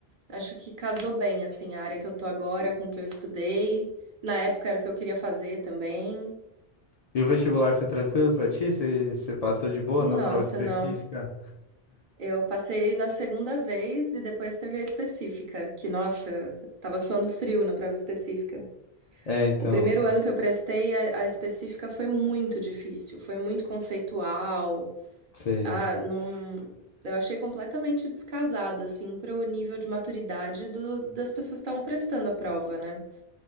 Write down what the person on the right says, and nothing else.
Acho que casou bem, assim, a área que eu tô agora com o que eu estudei. Na época era o que eu queria fazer também.
Nossa,
não. Eu passei na segunda vez e depois teve a específica, que, nossa, tava suando frio na prova específica.
O primeiro ano que eu prestei, a, a específica foi muito difícil, foi muito conceitual.
Ah, não. Eu achei completamente descasado, assim, pro nível de maturidade do- das pessoas que estavam prestando a prova, né?